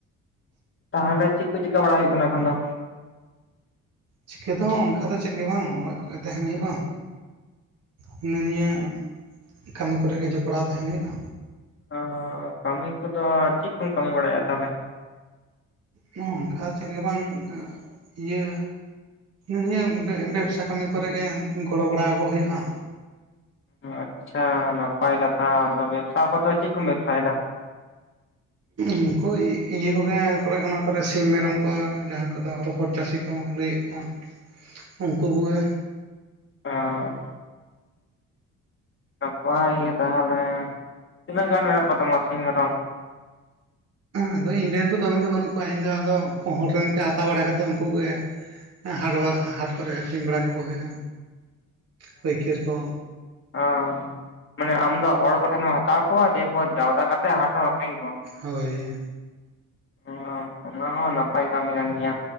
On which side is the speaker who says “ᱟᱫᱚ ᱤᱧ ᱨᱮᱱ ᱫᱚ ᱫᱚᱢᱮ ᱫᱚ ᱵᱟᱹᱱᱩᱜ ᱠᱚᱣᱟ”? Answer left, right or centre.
Right